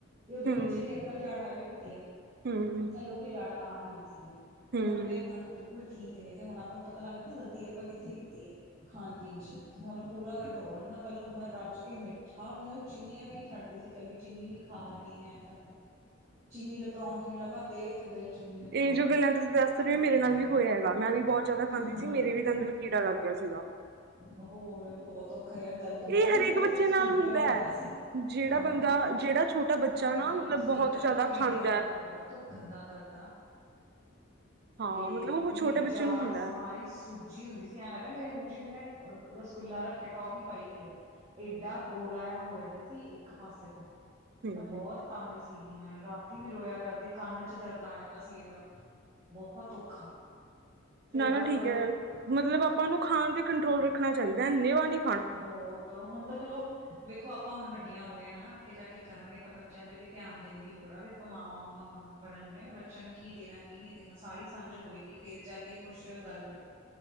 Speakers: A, on the right (about 30°); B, on the right (about 50°).
A: ਤੇ ਉਹਦੇ
B: ਹਮ
A: ਨੀਚੇ ਜਿਹੜੀ ਅਕਲ ਜਾੜ ਆ ਰਹੀ ਹੁੰਦੀ ਆ
B: ਹਮ
A: ਥੱਲੋਂ ਵੀ ਜਾੜਾਂ ਆ ਰਹੀਆਂ ਸੀਗੀਆਂ। ਤੇ
B: ਹਮ
A: ਹੁਣ ਮੇਰੇ ਦੰਦ ਬਿਲਕੁਲ ਠੀਕ ਨੇ ਤੇ ਹੁਣ ਆਪਾਂ ਨੂੰ ਪਤਾ ਲੱਗਦਾ ਨਾ ਗਲਤੀ ਆਪਾਂ ਕਿੱਥੇ ਕੀਤੀ ਹੈ ਖਾਣ ਪੀਣ ਚ ਤੇ ਹੁਣ ਪੂਰਾ ਕੰਟਰੋਲ ਰਹਿੰਦਾ ਪ ਲ ਮੈਂ ਰੱਜ ਕੇ ਮਿੱਠਾ ਮਤਲਬ ਚਿੰਨੀਆਂ ਵੀ ਨਹੀਂ ਛੱਡਦੀ ਸੀ ਇਕੱਲੀ ਚੀਨੀ ਵੀ ਖਾ ਲੈਣੀ ਹੈ ਕਰ ਲੈਣੀ ਚੀਨੀ ਦੇ ਪਰੌਂਠੇ ਲਗਾ ਦੇ ਤੇ ਦੇ ਚੀਨੀ ਦੇ
B: ਇਹ
A: ਪਰੌਂਠੇ
B: ਜੋ ਗੱਲਾਂ ਤੁਸੀਂ ਦੱਸ ਰਹੇ ਹੋ ਮੇਰੇ ਨਾਲ ਵੀ ਹੋਇਆ ਹੈਗਾ ਮੈਂ ਵੀ ਬਹੁਤ ਜ਼ਿਆਦਾ ਖਾਂਦੀ
A: ਹਾਂ
B: ਸੀ ਮੇਰੇ ਵੀ ਦੰਦ ਮ ਕੀੜਾ ਲੱਗ ਗਿਆ ਸੀਗਾ।
A: ਹੋਰ ਬਹੁਤ ਔਖਾ ਯਾਰ ਦਰਦ ਬਹੁਤ
B: ਇਹ ਹਰੇਕ
A: ਮੈਂ ਤਾਂ
B: ਬੱਚੇ
A: ਸੂੱਜਿਆ
B: ਨਾਲ ਹੁੰਦਾ
A: ਰਹਿੰਦਾ
B: ਹੈ।
A: ਸੀ।
B: ਜਿਹੜਾ
A: ਹਾਂ
B: ਬੰਦਾ ਜਿਹੜਾ ਛੋਟਾ ਬੱਚਾ ਨਾ
A: ਨਹੀਂ
B: ਮਤਲਬ
A: ਸਹੀ
B: ਬਹੁਤ
A: ਗੱਲ
B: ਜ਼ਿਆਦਾ
A: ਆ ਕੀੜਿਆਂ
B: ਖਾਂਦਾ
A: ਦਾ ਦਰਦ
B: ਹੈ।
A: ਬਹੁਤ ਗੰਦਾ ਦਰਦ ਆ। ਹ
B: ਹਾਂ
A: ਤੇ
B: ਮਤਲਬ ਉਹ
A: ਮੇਰੀ
B: ਛੋਟੇ ਬੱਚੇ
A: ਜਾੜ
B: ਨੂੰ ਹੁੰਦਾ
A: ਸਾਰੀ
B: ਹੈ
A: ਸੂਜੀ ਹੁੰਦੀ ਸੀ। ਐਂ ਲੱਗਦਾ ਮੇਰੇ ਮੂੰਹ ਚ ਕਿੇ ਰਸਗੁੱਲਾ ਰੱਖਿਆ ਟੋਫੀ ਪਾਈ ਹੋਈ ਆ ਏਡਾ ਗੋਲਾ ਹੋ ਜਾਂਦਾ ਸੀ ਇੱਕ ਪਾਸੇ ਤੋਂ
B: ਹੂੰ
A: ਤਾਂ ਬਹੁਤ ਤੰਗ ਸੀ। ਮੈਂ ਰਾਤੀ ਵੀ ਰੋਇਆ ਕਰਦੀ ਕੰਨ ਚ ਦਰਦ ਆ ਜਾਂਦਾ ਸੀ, ਇਹਦਾ ਬਹੁਤ ਔਖਾ ਫੇਰ
B: ਨਾ-ਨਾ
A: ਬਸ
B: ਠੀਕ ਹੈ ਮਤਲਬ ਆਪਾਂ ਨੂੰ ਖਾਣ ਤੇ ਕੰਟਰੋਲ ਰੱਖਣਾ ਚਾਹੀਦਾ ਅੰਨੇ ਵਾ ਨੀ,
A: ਬਹੁਤ ਹੁਣ ਤਾਂ ਚਲੋ ਵੇਖੋ ਆਪਾਂ ਹੁਣ ਵੱਡੀਆਂ ਹੋ ਗਈ ਹਨਾ। ਜਾ ਕੇ ਕਰਾਂਗੇ ਤਾਂ ਬੱਚਿਆਂ ਤੇ ਵੀ ਧਿਆਨ ਦੇਣ ਦੀ ਲੋੜ ਆ ਵੀ ਆਪਾਂ ਮਾਵਾਂ ਮੂਵਾ ਬ ਬਣਨਗੀਆਂ ਬੱਚਿਆਂ ਨੂੰ ਕੀ ਦੇਣਾ। ਕੀ ਨਹੀਂ ਦੇਣਾ ਸਾਰੀ ਸਮਝ ਹੋਏਗੀ ਫੇਰ ਜਾ ਕੇ ਕੁਛ ਗੱਲ ਬਣਾ,